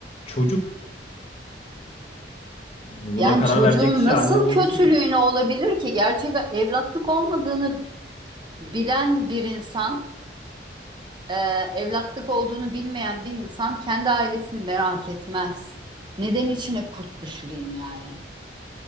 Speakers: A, on the left (about 35°); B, on the right (about 25°).
A: Çocuk. Yani buna
B: Yani
A: karar
B: çocuğun
A: verecek kişi
B: nasıl
A: anne babası
B: kötülüğüne
A: değil.
B: olabilir ki? Gerçek evlatlık olmadığını bilen bir insan e, evlatlık olduğunu bilmeyen bir insan kendi ailesini merak etmez. Neden içine kurt düşüreyim yani?